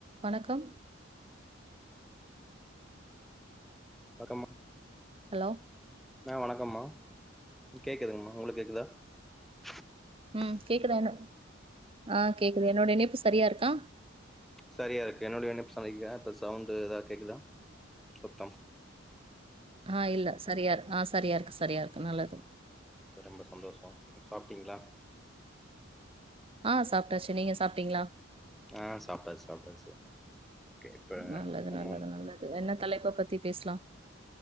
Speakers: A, on the right; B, in the centre.
A: வணக்கம்
B: வணக்கம்மா
A: ஹலோ
B: ஆ வணக்கம்மா கேக்குதுங்கம்மா உங்களுக்கு கேக்குதா <inaudible>
A: ம் கேக்குதா என்ன ஆ கேக்குது என்னோட இணைப்பு சரியா இருக்கா
B: சரியா இருக்கு என்னுடைய இணைப்பு சரியாருக்கா இப்ப சவுண்டு எதா கேக்குதா சத்தம்
A: ஆ இல்ல சரியா இருக் ஆ சரியா இருக்கு சரியா இருக்கு நல்லது
B: அப்ப ரொம்ப சந்தோஷோ சாப்டீங்களா
A: நா சாப்டாச்சு நீங்க சாப்டீங்களா
B: ஆ சாப்டாச்சு சாப்டாச்சு ஓகே இப்ப
A: நல்லது
B: நம்மோ
A: நல்லது நல்லது. என்ன தலைப்ப பத்தி பேசலாம்?